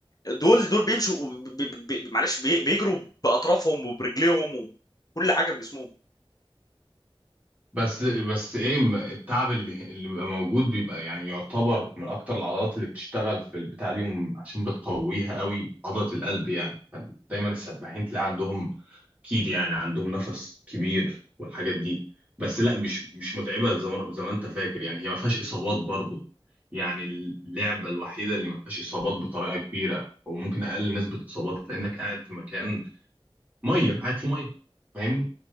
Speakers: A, on the left; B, on the right.
A: دول دول بيمشوا ب... ب... ب... معلش بي... بيجروا باطرافهم وبرجليهم وكل حاجه بجسمهم
B: بس بس ايه م- التعب اللي اللي بيبقى موجود بيبقى يعني يعتبر من اكتر العضلات اللي بتشتغل في البتاع دي وم- عشان بتقويها قوي عضله القلب يعني دايما السباحين تلاقي عندهم اكيد يعني عندهم نفس كبير والحاجات دي بس لا مش مش متعبه زي ما زي ما انت فاكر يعني هي ما فيهاش اصابات برضو يعني اللعبه الوحيده اللي ما فيهاش اصابات بطريقه كبيره او ممكن اقل نسبه اصابات لانك قاعد في مكان ميه قاعد في ميه فاهمني